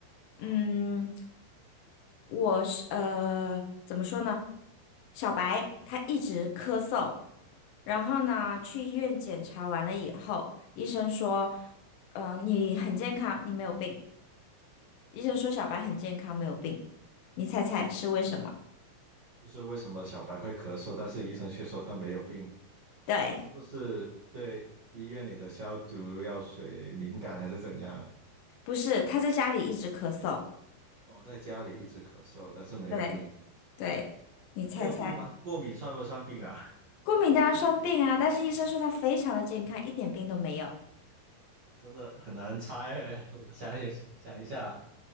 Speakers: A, on the right; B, on the left.
A: 好，
B: 嗯，我是呃，怎么说呢？小白他一直咳嗽，然后呢，去医院检查完了以后，医生说，呃，你很健康，你没有病。医生说小白很健康，没有病。你猜猜是为什么？
A: 就是为什么小白会咳嗽，但是医生却说他没有病？
B: 对，
A: 他是不是对医院里的消毒药水敏感，还是怎样？
B: 不是，他在家里一直咳嗽。
A: 哦，在家里一直咳嗽，但是没有病，
B: 对对，你猜猜，
A: 没有病吗？过敏算不算病啊？<laughs>
B: 过敏当然算病啊，但是医生说他非常的健康，一点病都没有。
A: 哦，真的很难猜诶。<laughs> 我想一想一下，